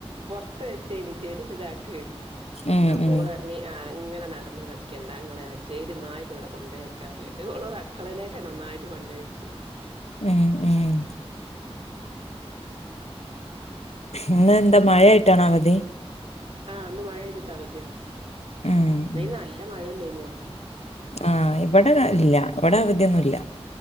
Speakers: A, on the right; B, on the left.
A: പുറത്ത് വെച്ചേനി ചേരിന്റെ ചാക്ക്
B: ഉം
A: അപ്പോളർ
B: ഉം
A: ഞ് ഇങ്ങനെ നടന്ന് കളിക്കണ്ട ഇങ്ങള് ചേരുന്നായിട്ട ഇവിടെ കൊണ്ടോയക്കാറിഞ്ഞിട്ട് ഓള അടുക്കളലേക്കെന്നെ ഒന്നായിട്ട് കൊണ്ടയ്ച്ച്
B: ഏഹ് ഏഹ് ഇന്ന് എന്താ മഴ ആയിട്ടാണ അവധി
A: ആഹ് ഇന്ന് മഴെയ്തിട്ടാ അവധിയ
B: ഉം
A: ഇപ്പയ്ന്
B: ഉം
A: നല്ല മഴയല്ലേനോ.
B: ആഹ് ഇവിടെ ഇല്ല ഇവിടെ അവധിയൊന്നും ഇല്ല.